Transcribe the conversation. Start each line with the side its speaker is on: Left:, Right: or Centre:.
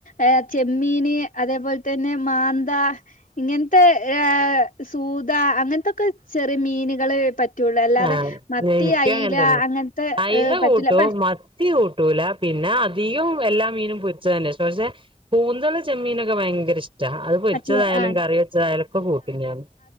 Left: ഏഹ് ചെമ്മീന് അതേപോലെ തന്നെ മാന്ത ഇങ്ങനത്തെ ഏഹ് സൂത അങ്ങനത്തൊക്കെ ചെറിയ മീനുകൾ പറ്റു പറ്റുള്ളൂ അല്ലാതെ
Right: ആഹ്
Left: മത്തി
Right: എനിക്കും
Left: അയില
Right: അങ്ങനെ തന്നെ
Left: അങ്ങനത്തെ
Right: അയ്ല
Left: ഏഹ് പറ്റൂല
Right: കൂട്ടും
Left: പ
Right: മത്തി കൂട്ടൂല പിന്നെ അധികം എല്ലാ മീനും പൊരിച്ച തന്നെഷ് പഷേ കൂന്തള് ചെമ്മീനൊക്കെ ഭയങ്കര ഇഷ് ട്ടാ അത് പൊരിച്ചതായാലും
Left: ആ, ചൂ ആ
Right: കറി വെച്ചതായാലുക്കെ കൂട്ടും ഞാൻ